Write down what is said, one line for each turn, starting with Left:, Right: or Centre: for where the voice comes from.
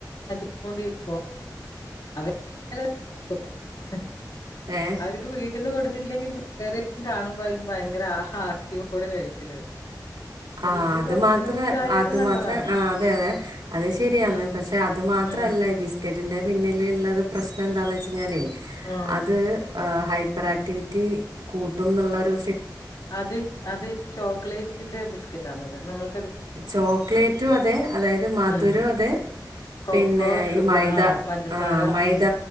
Left: മാറ്റികൊണ്ടിരുമ്പോ അവ <unintelligible>
Right: ഏ
Left: അവര്ക്ക് വീട്ട്ന്ന് കൊട്ത്തിട്ട് ഇല്ലെങ്കിൽ <inaudible> വേറെ കാണുമ്പോയെക്കും ഭയങ്കര ആഹാർത്തിയോടെ കഴിക്കലത്
Right: ആ
Left: എല്ലാം
Right: അത്
Left: കൊറച്ച്
Right: മാത്രേ
Left: കൊറച്ചായാലും
Right: അത്
Left: നല്ലതാന്ന്
Right: മാത്രം ആ അതെ അതെ അത് ശരിയാണ്
Left: ഉം
Right: പക്ഷെ അത് മാത്ര
Left: ഉം
Right: ത്ര അല്ല ഈ ബിസ്ക്കറ്റിന്റെ പിന്നിൽ ഇള്ളത് പ്രശ്നം എന്താന്ന് വെച്ചിഞ്ഞാലേ
Left: ഉം
Right: അത് ആ ഹൈപ്പർ ആക്ടിവിറ്റി കൂട്ടുംന്ന് ഇള്ളൊരു
Left: അത് അത് ചോക്ലേറ്റിലെ ബിസ്ക്കറ്റ് ആണത് നമ്മൾ
Right: ചോക്ലേറ്റും അതെ അതായത് മധുരും
Left: ഉം
Right: അതെ
Left: കൊക്കോ
Right: പിന്നെ
Left: ഷുഗർ
Right: ഈ മൈദ
Left: ആ പഞ്ചസാര
Right: ആ മൈദ
Left: ഉം